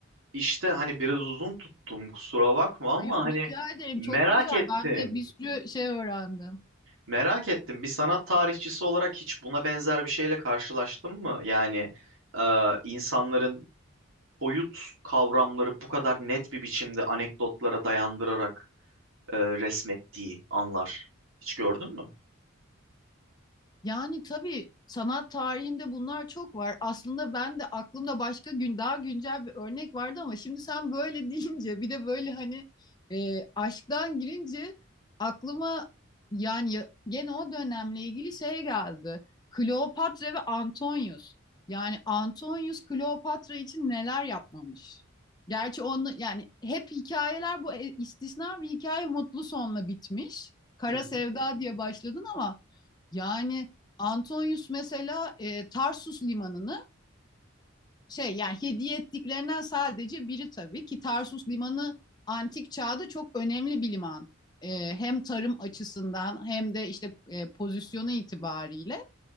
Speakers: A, on the right; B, on the left.
A: işte hani biraz uzun tuttum kusura bakma ama
B: Yo
A: hani
B: rica ederim.
A: merak
B: Çok güzel.
A: ettim.
B: Ben de bir sürü şey öğrendim.
A: Merak ettim. Bir sanat tarihçisi olarak hiç buna benzer bir şeyle karşılaştın mı? Yani e, insanların boyut kavramları bu kadar net bir biçimde anekdotlara dayandırarak e, resmettiği anlar. Hiç gördün mü?
B: Yani tabii sanat tarihinde bunlar çok var. Aslında ben de aklımda başka gün daha güncel bir örnek vardı ama şimdi sen böyle <laughs> deyince bir de böyle hani e, aşktan girince aklıma yani ya- gene o dönemle ilgili şey geldi. Kleopatra ve Antonius. Yani Antonius Kleopatra için neler yapmamış. Gerçi onu yani hep hikayeler bu e, istisna bir hikaye mutlu sonla bitmiş. Kara
A: Hı hı.
B: Sevda diye başladın ama yani Antonius mesela e, Tarsus limanını şey yani hediye ettiklerinden sadece biri tabii ki Tarsus limanı antik çağda çok önemli bir liman. E, hem tarım açısından hem de işte e, pozisyonu itibariyle.